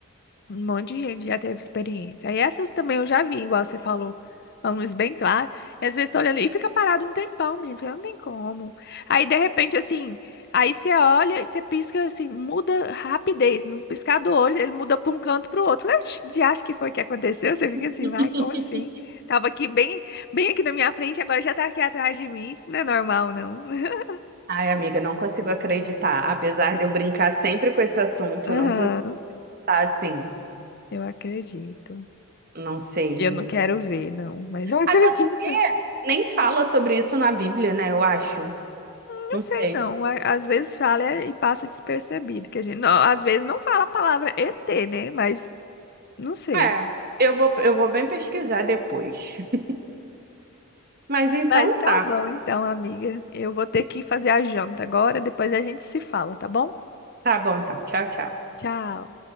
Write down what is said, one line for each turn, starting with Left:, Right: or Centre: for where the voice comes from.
Left: Um monte de gente já teve experiência. aí essas também eu já vi, igual você falou, a luz bem clara. E às vezes tá olhando e fica parado um tempão, menino, porque não tem como. Aí de repente, assim, aí você olha e você pisca, assim, muda rapidez. No piscar do olho, ele muda para um canto para o outro. de acho que foi o que aconteceu. Você fica
Right: <laughs>
Left: assim, ai, como assim? Tava aqui bem, bem aqui na minha frente, agora já tá aqui atrás de mim. Isso não é normal, não. <laughs>
Right: Ai, amiga, não consigo acreditar. Apesar de eu brincar sempre com esse assunto,
Left: Aham,
Right: eu não consigo estar assim,
Left: eu acredito.
Right: não sei.
Left: Eu não quero ver, não, mas eu <laughs> acredito.
Right: Até porque nem fala sobre isso na Bíblia, né? Eu acho.
Left: Não
Right: Não
Left: sei
Right: sei.
Left: não. A- Às vezes fala é, e passa despercebido, que a gente, não, às vezes não fala a palavra ET, né? Mas não sei.
Right: É, eu vou, eu vou bem pesquisar depois. <laughs> Mas então
Left: Mas tá
Right: tá.
Left: bom então, amiga. Eu vou ter que fazer a janta agora, depois a gente se fala, tá bom?
Right: Tá bom, então. Tchau, tchau.
Left: Tchau.